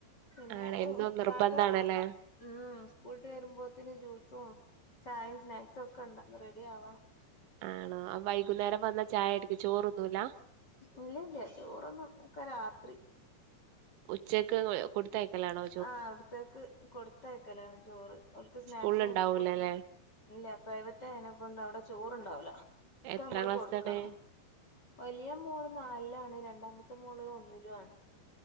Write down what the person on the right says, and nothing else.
ആണോ എന്നും നിർബന്ധാണല്ലേ
ആണോ അവൈകുന്നേരം വന്ന ചായട്ക്ക് ചോറുന്നൂല്ല
ഉച്ചക്ക് <unintelligible> കൊട്ത്തയക്കലാണോ
സ്കൂളിൽ ഉണ്ടാവൂലല്ലേ
എത്രാം
ക്ലാസ്സിലാണ്